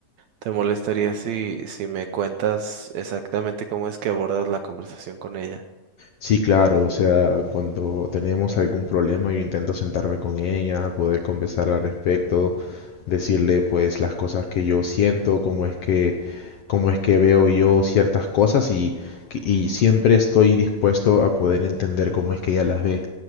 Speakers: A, on the right; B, on the left.
A: ¿Te molestaría si, si me cuentas exactamente cómo es que abordas la conversación con ella?
B: Sí, claro, o sea, cuando tenemos algún problema yo intento sentarme con ella, poder conversar al respecto, decirle pues las cosas que yo siento, cómo es que, cómo es que veo yo ciertas cosas y, y siempre estoy dispuesto a poder entender cómo es que ella las ve.